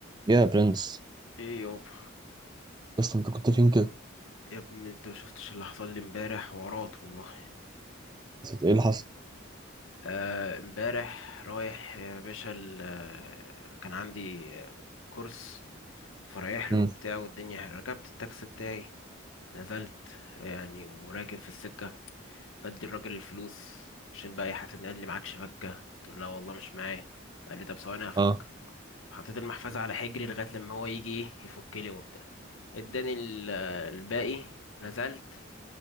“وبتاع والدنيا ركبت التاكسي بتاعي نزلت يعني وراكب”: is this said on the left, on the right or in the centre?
Left